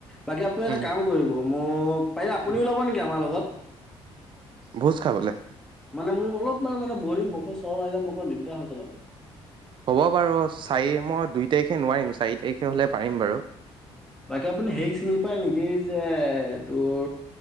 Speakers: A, in the centre; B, on the right.
A: বাকী আপুনি এটা
B: উম
A: কাম কৰিব। মোক পাৰিলে আপুনিওলব নেকি আমাৰ লগত?
B: ভোজ খাবলে?
A: মানে মোৰ অলপ মান মানে বহু দিন বচৰ চলোৱা নাই যে মোক দিগদাৰ হৈ চলাব।
B: হ'ব বাৰু চাৰি মই দুই তাৰিখে নোৱাৰিম চাৰি তাৰিখে হ'লে পাৰিম বাৰু
A: বাকী আপুনি সেই চিনি পায় নেকি যে তোৰ